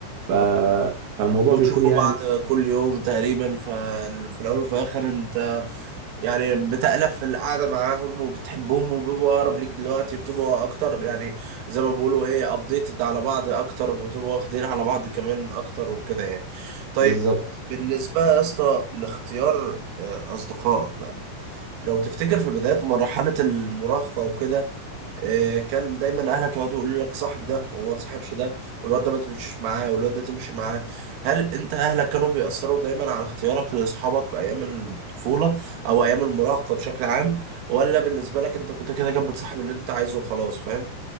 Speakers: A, on the right; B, on the right.
A: ف...
B: ايوه
A: فالموضوع
B: وتشوفوا
A: بيكون يعني
B: بعض كل يوم تقريبا ففي الاول وفي الاخر انت يعني بتألف في القعده معاهم وبتحبهم وبيبقوا اقرب ليك دلوقتي بتبقوا اكتر يعني زي ما بيقولوا ايه ابديتد على بعض اكتر وبتبقوا واخدين على بعض كمان اكتر وكده يعني طيب
A: بالظبط
B: بالنسبه يا اسطى لاختيار آه، اصدقائك بقى لو تفتكر في بداية مرحلة المراهقة وكده آه، كان دايما اهلك يقعدوا يقولوا لك صاحب ده وما تصاحبش ده والواد ده ما تمشيش معاه والواد ده تمشي معاه هل انت اهلك كانوا بيأثروا دايما على اختيارك لاصحابك في ايام الطفولة او ايام المراهقة بشكل عام ولا بالنسبة لك انت كنت كده كده بتصاحب اللي انت عايزه وخلاص فاهم؟